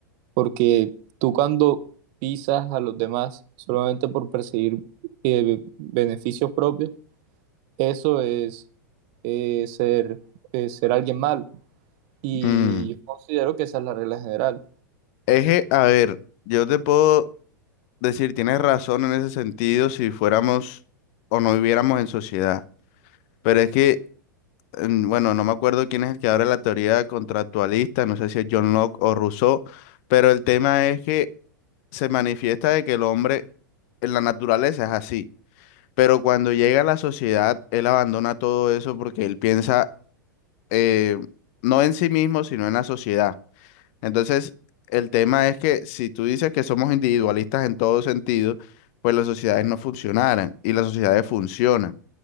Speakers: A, on the right; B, on the left.
A: porque tú cuando pisas a los demás solamente por perseguir eh, beneficios propios, eso es eh, ser, eh, ser alguien malo. Y
B: Mm.
A: yo considero que esa es la regla general.
B: Es que, a ver, yo te puedo decir, tienes razón en ese sentido si fuéramos o no viviéramos en sociedad, pero es que, mm, bueno, no me acuerdo quién es el que abre la teoría contractualista, no sé si es John Locke o Rousseau, pero el tema es que se manifiesta de que el hombre en la naturaleza es así. Pero cuando llega a la sociedad, él abandona todo eso porque él piensa eh, no en sí mismo, sino en la sociedad. Entonces, el tema es que si tú dices que somos individualistas en todo sentido, pues las sociedades no funcionaran y las sociedades funcionan.